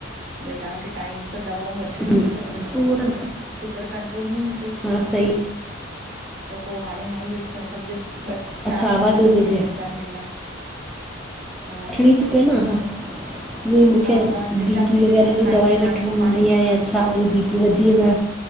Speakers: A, on the right; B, in the centre.
A: भई तव्हांखे टाइम सां दवाऊं वठणियूं
B: हम्म
A: ई तव,
B: उहो त
A: शुगर कंट्रोल में ई न पई थीअन,
B: हा सही
A: त पो हाणे हाणे हे समझ ॿ
B: अच्छा
A: चार
B: आवाज़
A: महीना
B: उहो
A: खनि
B: कजे
A: थिया आहिनि, टे चार महीना, हा।
B: हि थी पए न, हा उअंई मूंखे
A: हा पोइ हाणे टे
B: बीपी
A: चारि महीननि
B: वग़ैरह
A: खां खाईंदा
B: जी दवाई
A: आहिनि
B: वठिणी
A: हाणे पोइ
B: हूंदी
A: पाण ई
B: आ या छा, वरी बीपी वधी वेंदो आ।